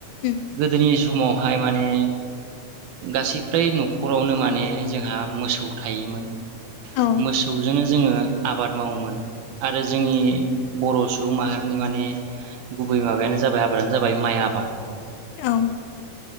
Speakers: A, on the left; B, on the right.
A: उम
B: गोदोनि समावहाय माने गासै फ्राय नखरावनो माने जोंहा मोसौ थायोमोन
A: औ
B: मोसौजोंनो जोंङो आबाद मावोमोन आरो जोंनि बर सुबुं माहारिनि माने गुबै माबायानो जाबाय आबादानो जाबाय माइ आबाद
A: औ